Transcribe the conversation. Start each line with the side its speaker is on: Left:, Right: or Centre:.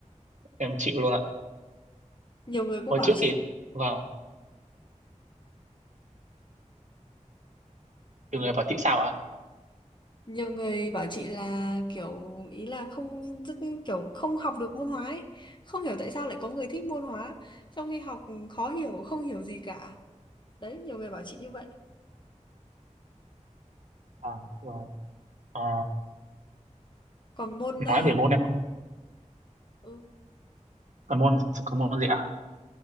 Right: em chịu luôn ạ.
Left: nhiều người cũng
Right: Hồi
Left: bảo
Right: trước
Left: chị
Right: thì vâng,
Left: "Ờ,
Right: nhiều người bảo chị sao ạ?
Left: nhiều người bảo chị là kiểu ý là không rất kiểu không học được môn hóa ấy. Không hiểu tại sao lại có người thích môn hóa trong khi học khó hiểu không hiểu gì cả đấy nhiều người bảo chị như vậy
Right: Vâng, rồi. Ờ,
Left: còn môn ờ,
Right: nói về môn em không
Left: ừ,
Right: còn môn còn môn gì ạ?